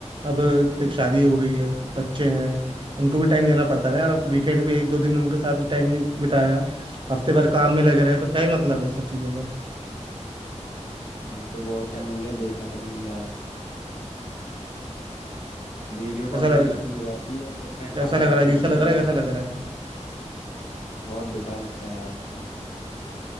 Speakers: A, on the right (about 45°); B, on the left (about 75°).
A: अब देख शादी हो गई है बच्चे हैं उनको भी टाइम देना पड़ता है ना यार अब वीकेंड पे एक दो दिन उनके साथ भी टाइम नहीं बिताया हफ्ते भर काम में लगे रहे तो क्या ही मतलब है इस सब चीज़ों का
B: मैं तो बहुत टाइम हो गया देखा तक नहीं यार वीडियो कॉल
A: कैसा लग
B: बड़ी मुश्किल में हो जाती है जब मैं
A: कैसा
B: खाना
A: लग
B: खाता
A: रहा है
B: हूँ
A: अजीब
B: उसी
A: सा लग
B: टाइम
A: रहा है कैसा
B: पर
A: लग रहा है
B: बहुत बेकार लगता है यार उस टाइम